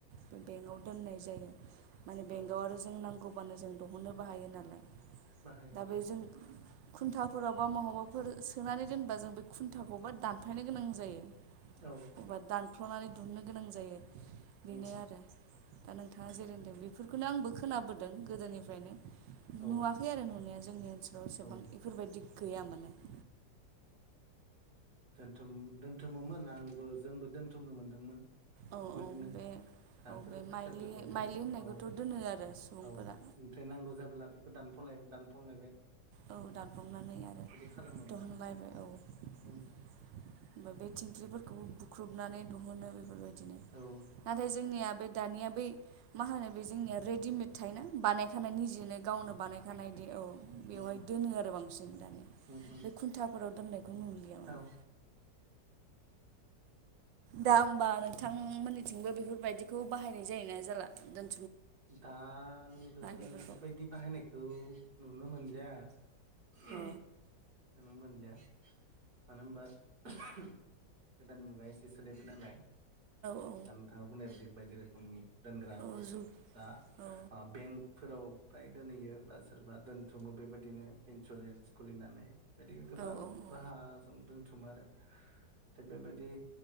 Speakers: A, on the right (about 90°); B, on the right (about 60°).
A: बे बेंकआव दोननाय जायो। माने बेंकआव
B: औ
A: आरो जों नांगौबानो जों दिहुननोबो हायो नालाय
B: बाहायो
A: दा
B: औ
A: बे जों खुन्थाफोराव बा महाबाफोर सोनानै दोनबा जों बे खुन्थाखौबो दानफायनो गोनां जायो।
B: औ
A: बा दानख्ल'नानै दुहुनो गोनां जायो बेनो
B: उम
A: आरो दा नों नोंथाङा जेरैहोनदों बेफोरखौनो आंबो खोनाबोदों। गोदोनिफ्रायनो
B: औ
A: नुवाखै आरो नुनाया जोंनि ओनसोलाव एसेबां
B: औ
A: इफोरबायदि गैयामोन। <inaudible>
B: दोनथुम दोनथुमोमोन आंबो जोंबो दोन्थुमनो मोनदोंमोन
A: औ
B: बेबायाददिनो।
A: बे
B: रांफोर
A: औ बे माइलि
B: फैसाफोरखौबो
A: माइलि होननायखौथ'
B: औ-औ
A: दोनो आरो सुबुंफोरा
B: ओमफ्राय नांगौ जाब्ला बेखौ दान <unintelligible> दानफुंलायबाय
A: औ दानफ्लबनानै आरो
B: खालामोमोन
A: दिहुनलायबाय बो औ ओमफ्राय
B: आरो
A: बे थिंख्लिफोरखौ बुख्रुबनानै दिहुनो बेफोरबायदि बिदिनो
B: औ
A: नाथाय जोंनिया बे दानिया बै मा होनो बे जोंनिया रेडिमेड थायोना बानायखा खानाय निजेनो गावनो बानायखानाय औ बेवहाय
B: उम
A: दोनो आरो बां जों दानिया
B: उम उम
A: बे खुन्थाफोराव दोननायखौ नुलिया माने
B: औ
A: दा होमबा नोंथांमोननिथिंबो बेफोरबायदिखौ बाहायनाय जायोना जाला द
B: दा आंबो
A: बेफोरखौ
B: बेबायदि बाहायनायखौ नुनो मोनलिया <unintelligible>
A: औ
B: नुनो मोनलिया मानो होनबा गोदान मुगाया एसे सोलायबाय नालाय
A: औ
B: दा नोंथाङा बुंनाय बायदि बायदि रोखोमनि दोनग्राबो
A: औ जुग
B: दा
A: औ
B: बेंकफोराव फ्राय दोनहैयो बा सोरबा दोनथुमो बेबायदिनो इन्सुरेन्स खुलिनानै। बेदिनो गोबां
A: औ औ औ
B: राहाजों दोनथुमो आरो दा बेबायदि